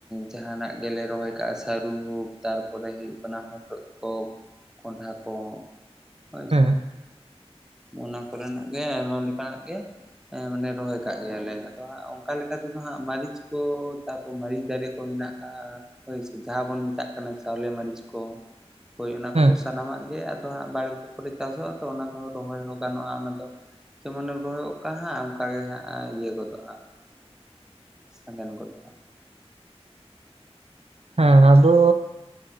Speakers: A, in the centre; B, on the right (about 65°).
A: ᱡᱟᱦᱟᱱᱟᱜ ᱜᱮᱞᱮ ᱨᱚᱦᱚᱭ ᱠᱟᱜᱼᱟ ᱥᱟᱹᱨᱩ ᱦᱳᱠ ᱛᱟᱨᱯᱚᱨᱮ ᱦᱩᱭᱩᱜ ᱠᱟᱱᱟ ᱦᱚᱛᱚᱫ ᱦᱳᱠ ᱠᱚᱸᱰᱷᱟ ᱠᱚ ᱦᱳᱭᱥᱮ
B: ᱦᱮᱸ
A: ᱚᱱᱟ ᱠᱚᱨᱮᱱᱟᱜ ᱜᱮ ᱮᱢᱚᱱ ᱞᱮᱠᱟᱱᱟᱜ ᱜᱮ ᱦᱮᱸ ᱢᱟᱱᱮ ᱨᱚᱦᱚᱭ ᱠᱟᱜ ᱜᱮᱭᱟᱞᱮ ᱟᱫᱚ ᱦᱟᱸᱜ ᱚᱝᱠᱟ ᱞᱮᱠᱟ ᱛᱮᱫᱚ ᱦᱟᱸᱜ ᱢᱟᱹᱨᱤᱪ ᱠᱚ ᱛᱟᱯᱚᱨ ᱢᱟᱹᱨᱤᱪ ᱫᱟᱨᱮ ᱠᱚ ᱢᱮᱱᱟᱜ ᱦᱳᱭ ᱥᱮ ᱡᱟᱦᱟᱸ ᱵᱚᱱ ᱢᱮᱛᱟᱜ ᱠᱟᱱᱟ ᱪᱟᱣᱞᱮ ᱢᱟᱹᱨᱤᱪ ᱠᱚ ᱦᱳᱭ ᱚᱱᱟ
B: ᱦᱮᱸ
A: ᱠᱚᱫᱚ ᱡᱚᱢᱟᱜ ᱜᱮ ᱟᱫᱚ ᱦᱟᱸᱜ ᱵᱟᱲᱜᱮ ᱠᱚᱨᱮ ᱪᱟᱥᱚᱜᱼᱟ ᱛᱚ ᱚᱱᱟ ᱫᱚ ᱨᱚᱦᱚᱭ ᱦᱚᱸ ᱜᱟᱱᱚᱜᱼᱟ ᱚᱱᱟ ᱫᱚ ᱡᱮᱢᱚᱱᱮᱢ ᱨᱚᱦᱚᱭᱚᱜ ᱦᱟᱸᱜ ᱚᱱᱠᱟᱜ ᱜᱮ ᱦᱟᱸᱜ ᱤᱭᱟᱹ ᱜᱚᱫᱚᱜᱼᱟ ᱥᱟᱜᱮᱱ ᱜᱚᱫᱚᱜᱼᱟ
B: ᱦᱮᱸ ᱟᱫᱚ